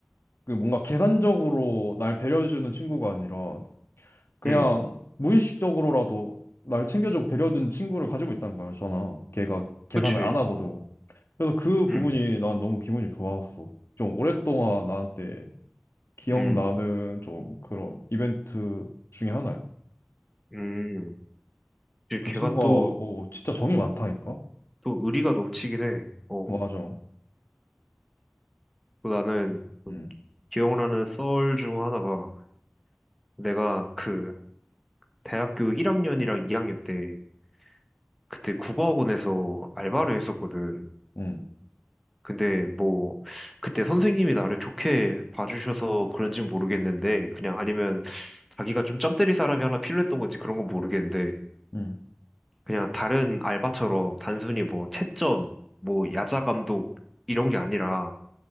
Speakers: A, on the left (about 85°); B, in the centre.
A: 그 뭔가 계산적으로 날 배려해주는 친구가 아니라 그냥
B: 응,
A: 무의식적으로라도 날 챙겨주고 배려해준 친구를 가지고 있다는 거잖아. 걔가 계산을
B: 그치.
A: 안 하거든. 그래서 그 부분이
B: 응,
A: 난 너무 기분이 좋았어. 좀 오랫동안 나한테 기억나는
B: 응,
A: 좀 그런 이벤트 중에 하나야.
B: 응. 이제
A: 그
B: 걔가
A: 친구가
B: 또,
A: 어, 진짜 정이 많다니까?
B: 또 의리가 넘치긴 해. 어,
A: 맞아.
B: 또 나는 그
A: 응,
B: 기억나는 썰 중 하나가 내가 그 대학교 1학년이랑 2학년 때 그때 국어학원에서 알바를 했었거든.
A: 응,
B: 근데 뭐 그때 선생님이 나를 좋게 봐주셔서 그런진 모르겠는데 그냥 아니면 자기가 좀 짬 때릴 사람이 하나 필요했던 건지 그런 건 모르겠는데
A: 응.
B: 그냥 다른 알바처럼 단순히 뭐 채점, 뭐 야자 감독 이런 게 아니라